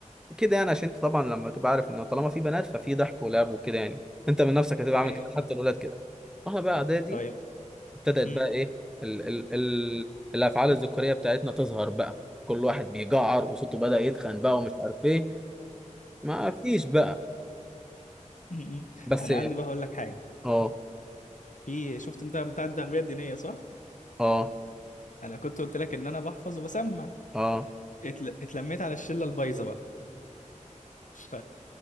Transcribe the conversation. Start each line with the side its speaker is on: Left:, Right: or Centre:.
Centre: كده يعني عشان انت طبعا لما تبقى عارف ان طالما في بنات ففي ضحك ولعب وكده يعني انت من نفسك هتبقى عامل
Left: ايوه
Centre: كده
Left: فاهم
Centre: حتى الاولاد كده واحنا بقى اعدادي
Left: طيب
Centre: ابتدت
Left: م-
Centre: بقى ايه ال ال ال الافعال الذكوريه بتاعتنا تظهر بقى كل واحد بيجعر وصوته بدأ يتخن بقى ومش عارف ايه ما فيش بقى
Left: م- م.
Centre: بس
Left: انا عندي بقى هقول لك حاجه
Centre: اه
Left: في شفت انت بتاع التربيه الدينيه صح
Centre: اه
Left: انا كنت قلت لك ان انا بحفظ وبسمع
Centre: اه
Left: اتل... اتلميت على الشله البايظه بقى ف